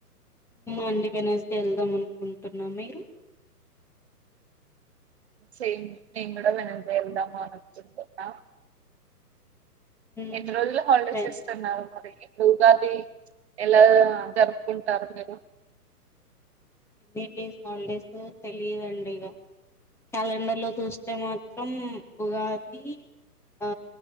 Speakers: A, in the centre; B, on the right.
A: అందుకనేసి వెళ్దాం అనుకుంటున్న మీరు
B: సేమ్ నిను కూడా వెడ్నెస్డే అనుకుంటున్న
A: ఉమ్,
B: ఎన్ని రోజులు హాలిడేస్
A: వెన్
B: ఇస్తున్నారు మరి ఇప్పుడు ఉగాది ఎలా జరుపుకుంటారు మీరు
A: వీక్డేస్ హాలిడేస్ తెలియదండి ఇక క్యాలెండర్ లో చూస్తే మాత్రం ఉగాది ఆ